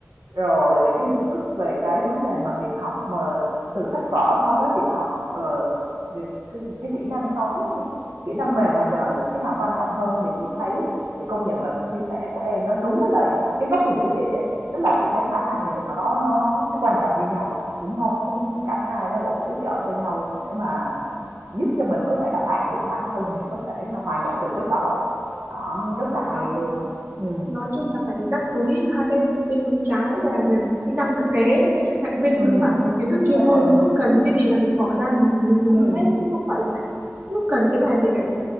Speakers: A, on the right; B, on the right.
A: rồi về cái nhận thức về cái vấn đề mà việc học mà từ sách vở so với việc học, ờ, những cái những cái kỹ năng sống, những cái kỹ năng mềm ngoài đời thì cái nào quan trọng hơn thì chị thấy chị công nhận là chia sẻ của em nó đúng với lại cái góc nhìn của chị á, tức là chị thấy cả hai đều nó nó nó nó quan trọng như nhau, đúng không?
B: ừ,
A: cả hai nó bổ bổ trợ cho nhau để mà giúp cho mình có thể là hoàn thiện bản thân này, có thể là hòa nhập được với xã hội. Đó, rất là hay
B: đó
A: luôn á. Ừm.
B: nói chung là phải dắt túi hai bên bên túi trái là, là kỹ năng thực tế lại bên
A: Ừm,
B: túi phải là kiến thức chuyên
A: ừm,
B: môn lúc cần cái gì là mình bỏ ra mình mình dùng
A: ừm,
B: được hết chứ không phải là lúc cần cái này thì lại